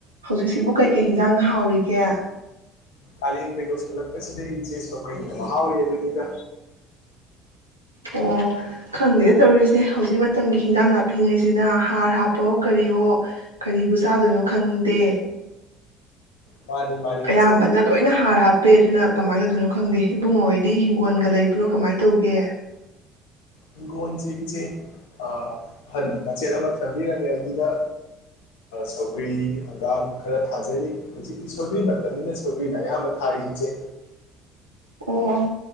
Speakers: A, on the right; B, on the left.
A: ꯍꯧꯖꯤꯛꯁꯤꯕꯨ ꯀꯩꯀꯩ ꯍꯤꯟꯖꯥꯡ ꯅꯥ ꯍꯥꯎꯔꯤꯒꯦ
B: ꯀꯥꯂꯦꯟꯒ ꯌꯧꯁꯤꯜꯂꯛꯄꯁꯤꯗ ꯏꯆꯦ ꯁꯧꯒꯔ꯭ꯤꯅ ꯃꯍꯥꯎꯔꯦ ꯍꯥꯏꯗꯨꯅꯤꯗ
A: ꯑꯣ ꯈꯪꯗꯦ ꯇꯧꯔꯤꯁꯦ ꯍꯧꯖꯤꯛ ꯃꯇꯝꯒꯤ ꯍꯤꯟꯖꯥꯡ ꯅꯥꯞꯄꯤꯉꯩꯁꯤꯅ ꯍꯥꯔ ꯍꯥꯞꯄꯑꫭ ꯀꯔꯤꯑꯣ ꯀꯔꯤꯕꯨ ꯆꯥꯗꯣꯏꯅꯣ ꯈꯪꯗ ꯇꯦ
B: ꯃꯥꯅꯤ ꯃꯥꯅꯤ
A: ꯑꯌꯥꯝꯕꯅ
B: ꯏꯆꯦ
A: ꯂꯣꯏꯅ ꯍꯥꯔ ꯍꯥꯞ ꯍꯥꯞꯄꯦꯗꯨꯅ ꯀꯃꯥꯏꯅ ꯇꯧꯗꯣꯏꯅꯣ ꯈꯪꯗꯦ ꯏꯕꯨꯡꯉꯣꯍꫭꯏꯗꯤ ꯍꯤꯡꯒꯣꯜꯒ ꯂꯩꯕ꯭ꯔꯣ ꯀꯃꯥꯏꯅ ꯇꯧꯒꯦ
B: ꯍꯤꯡꯒꯣꯜꯁꯦ ꯏꯆꯦ ꯑꯍꯟꯅ ꯃꯆꯦꯠ ꯑꯃ ꯊꯝꯕꯤꯔꯝꯃꯦ ꯑꯗꯨꯗ ꯁꯧꯒ꯭ꯔꯤ ꯍꯪꯒꯥꯝ ꯈꯔ ꯊꯥꯖꯔꯤ ꯍꯧꯖꯤꯛꯇꯤ ꯁꯧꯒ꯭ꯔꯤ ꯃꯇꯝꯅꯤꯅ ꯁꯧꯒ꯭ꯔꯤꯅ ꯑꯌꯥꯝꯕ ꯊꯥꯔꯤ ꯏꯆꯦ
A: ꯑꯣ